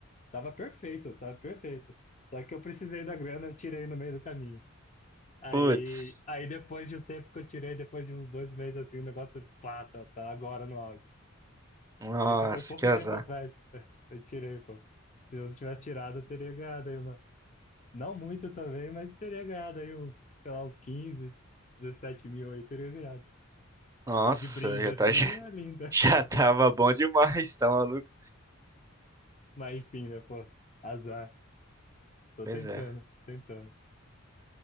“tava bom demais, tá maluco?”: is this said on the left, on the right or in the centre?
Right